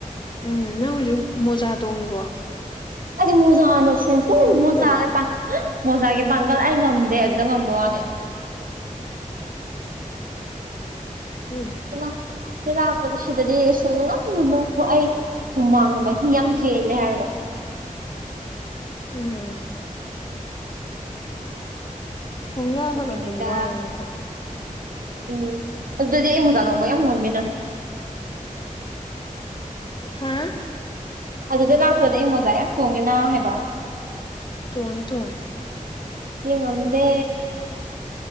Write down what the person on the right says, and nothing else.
ꯑꯗ ꯃꯣꯖꯥꯅꯣ ꯁꯨꯡ ꯇꯨꯡ
ꯃꯣꯖꯥꯒꯇ ꯃꯣꯖꯥꯒꯤ ꯄꯥꯡꯒꯜ ꯑꯩ ꯉꯝꯗꯦ ꯑꯗꯨꯗ ꯉꯝꯕ ꯋꯥꯅꯤ
ꯁꯤꯂꯥ ꯁꯥꯗꯂꯥꯛꯄꯗ ꯁꯤꯗꯗꯤ ꯁꯨꯡꯉꯝ ꯉꯝꯃꯔꯣꯢ ꯃꯨ ꯑꯩ ꯍꯨꯃꯥꯡꯅ ꯃꯍꯤ ꯌꯥꯝ ꯆꯦꯜꯂꯦ ꯍꯥꯏꯕ
ꯗꯨꯒꯤꯅꯦꯗ
ꯎꯝ ꯑꯗꯨꯗꯗꯤ ꯑꯩ ꯃꯣꯖꯥ ꯇꯣꯡꯕ ꯌꯥꯝ ꯉꯝꯃꯦꯅ
ꯑꯗꯨꯗ ꯂꯥꯛꯄꯗꯗꯤ ꯑꯩ ꯃꯣꯖꯥ ꯌꯥꯝ ꯇꯣꯡꯉꯦꯅ ꯍꯥꯏꯕ
ꯁꯤꯉꯝꯗꯦ